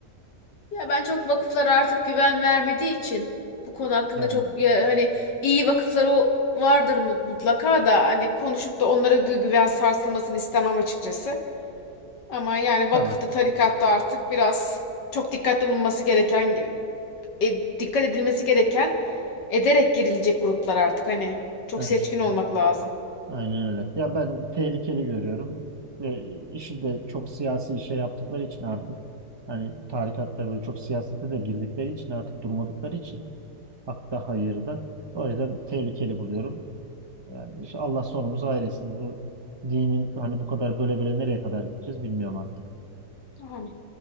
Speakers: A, on the left; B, on the right.
A: Ya ben çok vakıflara artık güven vermediği için bu konu hakkında
B: Yani
A: çok ya, hani iyi vakıflar o vardır mu- mutlaka da hani konuşup da onlara du- güven sarsılmasını istemem açıkçası. Ama yani vakıfta
B: tabii.
A: tarikatta artık biraz çok dikkatli olunması gereken e, dikkat edilmesi gereken ederek girilecek gruplar artık hani çok
B: Aynen,
A: seçkin
B: öyle.
A: olmak lazım.
B: aynen öyle. Ya ben tehlikeli görüyorum ve işi de çok siyasi şey yaptıkları için artık hani tarikatlar böyle çok siyasete de girdikleri için artık durmadıkları için hatta hayır da O yüzden tehlikeli buluyorum. Yani işte Allah sonumuzu hayretsin. Bu dinin hani bu kadar böyle böyle nereye kadar gideceğiz bilmiyorum
A: Amin.